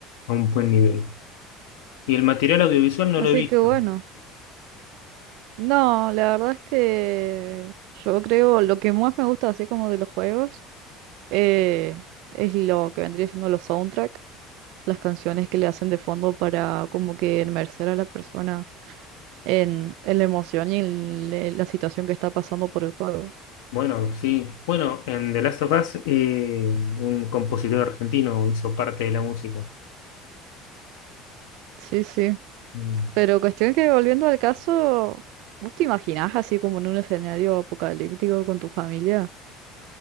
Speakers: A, on the left (about 75°); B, on the right (about 65°).
A: a un buen nivel. Y el material audiovisual no
B: Así
A: lo he visto.
B: que bueno. No, la verdad es que yo creo lo que más me gusta así como de los juegos eh, es lo que vendría siendo los soundtrack, las canciones que le hacen de fondo para como que inmersar a la persona en, en la emoción y en le- la situación que está pasando por el juego.
A: Bueno, sí. Bueno, en The Last of Us, eh, un compositor argentino hizo parte de la música.
B: Sí, sí.
A: Mm.
B: Pero cuestión que volviendo al caso, ¿vos te imaginás así como en un escenario apocalíptico con tu familia?